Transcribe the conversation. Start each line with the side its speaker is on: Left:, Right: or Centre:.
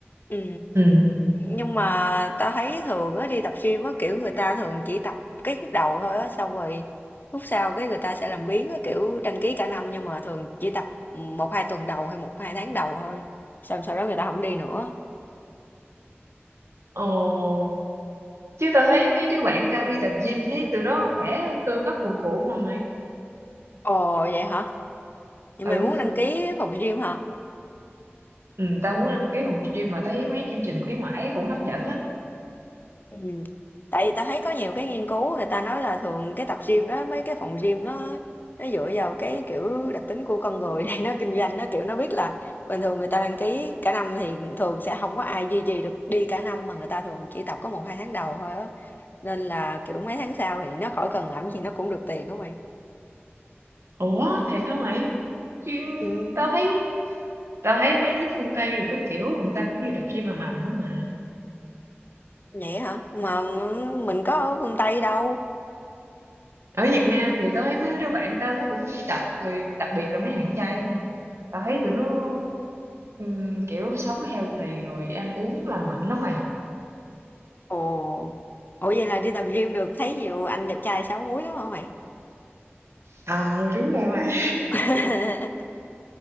Left: Ừ.
Right: ừ.
Left: Nhưng mà tao thấy thường á đi tập gym á kiểu người ta thường chỉ tập cái khúc đầu thôi á xong rồi khúc sau cái người ta sẽ làm biếng á kiểu đăng ký cả năm nhưng mà thường chỉ tập một hai tuần đầu hay một hai tháng đầu thôi. Xong sau đó người ta không đi nữa.
Right: Ồ, chứ tao thấy mấy đứa bạn tao đi tập gym thấy tụi nó khỏe, cơ bắp cuồn cuộn mà mày.
Left: Ồ vậy hả? Nhưng
Right: Ừ.
Left: mày muốn đăng ký phòng gym hả?
Right: Ừ, tao muốn đăng ký phòng gym mà tao thấy mấy chương trình khuyến mãi cũng hấp dẫn á.
Left: Ừm. Tại vì ta thấy có nhiều cái nghiên cứu người ta nói là thường cái tập gym đó, mấy cái phòng gym nó nó dựa vào cái, kiểu, đặc tính của con người <laughs> để nó kinh doanh. Nó, kiểu, nó biết là bình thường người ta đăng ký cả năm thì thường sẽ không có ai duy trì được đi cả năm, mà người ta thường chỉ tập có một hai tháng đầu thôi á, nên là, kiểu, mấy tháng sau thì nó khỏi cần làm gì nó cũng được tiền á mày.
Right: Ủa, thiệt hả mày? Gym,
Left: Ừm.
Right: tao thấy tao thấy mấy nước phương Tây rồi các kiểu người ta cũng đi tập gym mà mầm đó mà.
Left: Vậy hả? Mà mình có ở phương Tây đâu.
Right: Ở Việt Nam thì tao thấy mấy đứa bạn tao nó cũng đi tập rồi, đặc biệt là mấy thằng trai á nha. Tao thấy tụi nó ừm, kiểu sống healthy rồi ăn uống lành mạnh lắm mày.
Left: Ồ. Ủa, vậy là đi tập gym được thấy nhiều anh đẹp trai 6 múi lắm hả mày?
Right: Ờ đúng rồi mày.
Left: <laughs>